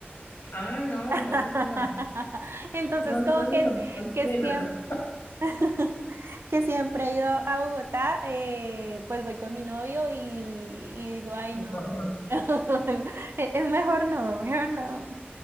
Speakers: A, on the left (about 80°); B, on the right (about 85°).
A: Ah, no,
B: <laughs>
A: entonces, bueno,
B: Entonces,
A: no,
B: como
A: entonces
B: que,
A: no, cancélalo.
B: que siempre... <laughs> que siempre he ido a Bogotá, eh, pues voy con mi novio y, y digo, ay,
A: Y
B: no,
A: pues no.
B: <laughs> es es mejor no, mejor no.